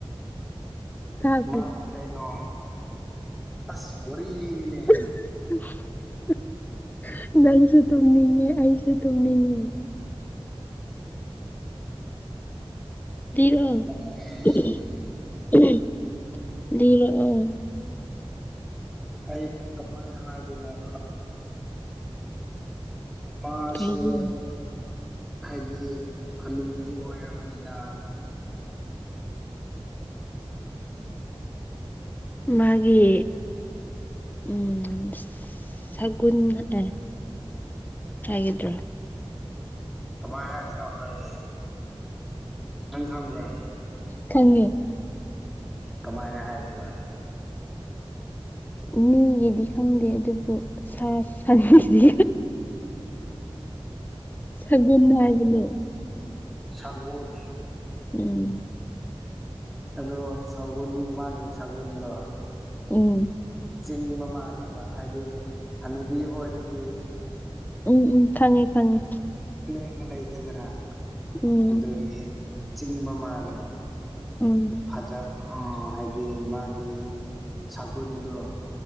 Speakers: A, on the left; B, in the centre.
A: ꯇꯥꯕ꯭ꯔꯣ
B: ꯃꯥ ꯀꯩꯅꯣ ꯑꯁ ꯋꯥꯔꯤ ꯂꯤꯔꯤꯅꯦ
A: <inaudible> ꯅꯪꯁꯨ ꯇꯨꯝꯅꯤꯡꯉꯦ ꯑꯩꯁꯨ ꯇꯨꯝꯅꯤꯡꯉꯦ
B: <inaudible>
A: <unintelligible>
B: ꯇꯨꯝꯅꯤꯡꯉꯦ ꯑꯩꯁꯨ
A: ꯂꯤꯔꯛꯑꯣ
B: ꯑꯩ ꯀꯃꯥꯏꯅ ꯍꯥꯏꯗꯣꯏꯅꯣ <unintelligible> <unintelligible> ꯃꯥꯁꯦ
A: ꯀꯩꯒꯤꯅꯣ
B: ꯍꯥꯏꯗꯤ ꯍꯅꯨꯄꯤ ꯑꯣꯏꯔꯕꯅꯤꯅ
A: ꯃꯥꯒꯤ ꯎꯝ ꯁꯒꯨꯟ ꯑꯦ ꯍꯥꯏꯒꯤꯗ꯭ꯔꯥ
B: ꯀꯃꯥꯏ ꯍꯥꯏꯗꯣꯏꯅꯣ ꯈꯪꯒꯦ ꯈꯤꯇꯪ ꯈꯪꯕ꯭ꯔꯥ
A: ꯈꯪꯉꯦ
B: ꯀꯃꯥꯏꯅ ꯍꯥꯏꯗꯣꯏꯕ
A: ꯃꯤꯒꯤꯗꯤ ꯈꯪꯗꯦ ꯑꯗꯨꯕꯨ ꯁꯥ ꯁꯟꯗꯤ
B: <inaudible>
A: ꯁꯒꯨꯝ ꯍꯥꯏꯕꯅꯦ
B: ꯁꯒꯨꯟ
A: ꯎꯝ
B: ꯑꯗꯣ ꯁꯒꯨꯟ ꯃꯥꯒꯤ ꯁꯒꯨꯟꯗꯣ
A: ꯎꯝ
B: ꯆꯤꯡꯕ ꯃꯥꯜꯂꯦꯕ ꯍꯥꯏꯗꯤ ꯍꯅꯨꯕꯤ ꯑꯣꯏꯔꯗꯤ
A: ꯎꯝ ꯎꯝ ꯈꯪꯉꯦ ꯈꯪꯉꯦ
B: ꯄ꯭ꯂꯦꯟꯗ ꯂꯩꯗꯦꯗꯅ
A: ꯎꯝ
B: ꯑꯗꯨꯒꯤ ꯆꯤꯡꯕ ꯃꯥꯜꯂꯦ꯫
A: ꯎꯝ
B: ꯐꯖ ꯍꯥꯏꯗꯤ ꯃꯥꯒꯤ ꯁꯒꯨꯜꯗꯣ